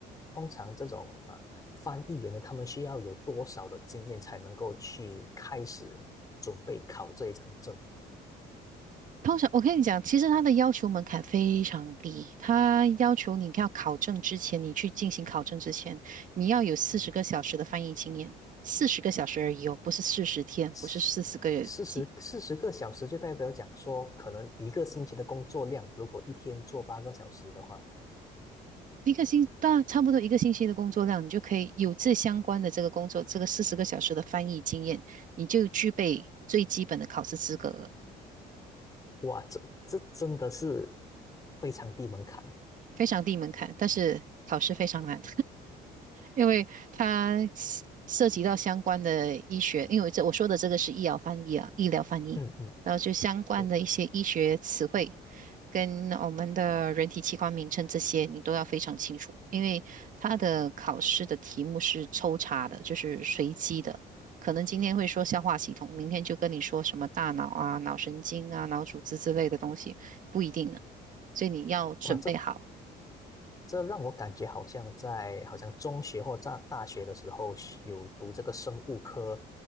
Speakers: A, on the left (about 20°); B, on the right (about 50°).
A: 通常这种呃翻译员呢，他们需要有多少的经验才能够去开始准备考这一张证？
B: 通常我跟你讲，其实他的要求门槛非常低，他要求你要考证之前，你去进行考证之前，你要有四十个小时的翻译经验，四十个小时而已哦，不是四十天，
A: 四四十四十个小时就代表讲说，
B: 不是四十个月几，
A: 可能一个星期的工作量，如果一天做八个小时的话，
B: 一个星，大差不多一个星期的工作量，你就可以有这相关的这个工作，这个四十个小时的翻译经验，你就具备最基本的考试资格了，
A: 哇，这这真的是非常低门槛诶。
B: 非常低门槛，但是考试非常难。因为它涉及到相关的医学，因为这我说的这个是医疗翻译啊，医疗翻译，
A: 嗯嗯，
B: 然后就相关的一些医学词汇
A: 对，
B: 跟我们的人体器官名称这些，你都要非常清楚，因为它的考试的题目是抽查的，就是随机的。可能今天会说消化系统，明天就跟你说什么大脑啊、脑神经啊、脑组织之类的东西，不一定呢。所以你要准备好。
A: 哇，这这让我感觉好像在好像中学或在大学的时候学有读这个生物科